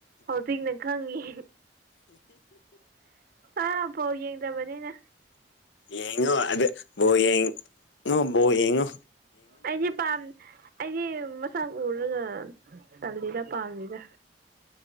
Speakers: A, on the right; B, on the left.
A: ꯍꯧꯖꯤꯛ ꯅꯪ ꯈꯪꯉꯤ ꯑꯥ ꯐꯥꯎ ꯌꯦꯡꯗꯕꯅꯤꯅ
B: ꯌꯦꯉꯣ ꯑꯗ ꯌꯦꯉ ꯣ ꯌꯦꯉꯣ
A: ꯑꯩꯗꯤ ꯄꯥꯝ ꯑꯩꯗꯤ ꯃꯁꯥꯛ ꯎꯔꯒ ꯇꯜꯂꯤꯔ ꯄꯥꯝꯅꯤꯗ